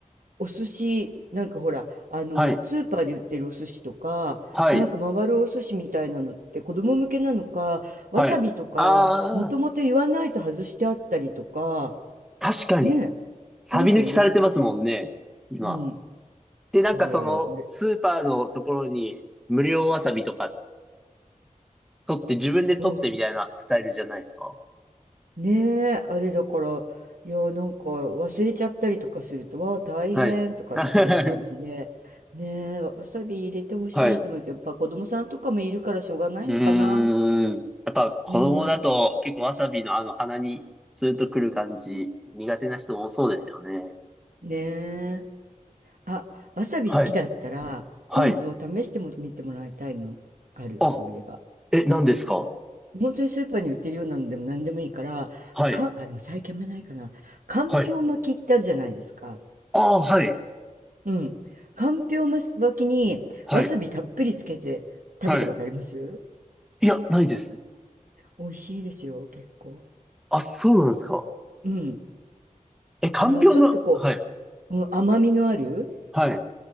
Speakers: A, on the right; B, in the centre.
A: お寿司、なんかほら、あの、
B: はい。
A: スーパーで売ってるお寿司とか、
B: はい。
A: なんか回るお寿司みたいなのって子供向けなのか、わさびとか、
B: はい。あ
A: もともと言わないと外してあったりとか、
B: ー確かに。
A: ね
B: サビ抜きされてますもんね。
A: え、しますよね。
B: 今。
A: うん。
B: で、
A: そう、
B: なんかその、
A: あれ。
B: スーパーのところに、無料わさびとか、取って、自分で取ってみたいなスタイルじゃないですか。
A: うん。ねえ、あれだから、いや、なんか忘れちゃったりとかすると、わあ、大変とかっていう感じで、
B: はい。<laughs> は
A: ねえ、わさび入れてほしいと思うけど、
B: い。う
A: やっぱ子供さんとかもいるからしょうがないのかな。
B: ーん。やっぱ子供だと結構わさびのあの鼻にツーンとくる感じ苦手な人多そうですよね。
A: うん。ねえ。あ、わさび好きだったら、
B: はい。はい。
A: 今度試しても見てもらいたいのある、
B: あ、
A: そういえば。
B: え、何ですか
A: 本当にスーパーに売ってるようなのでも何でもいいから、
B: はい。
A: か、あ、でも最近あんまないかな。かんぴょう巻きってあるじゃないですか。
B: はい。ああ、はい。
A: うん。かんぴょう巻きにわさびたっぷりつけて食べたことあります
B: はい。はい。いや、ないです。
A: 美味しいですよ、結構。
B: あ、そうなんですか。
A: うん。
B: え、かんぴょんが、
A: あの、ちょっとこ
B: はい。
A: う、うん、甘みのある、
B: はい。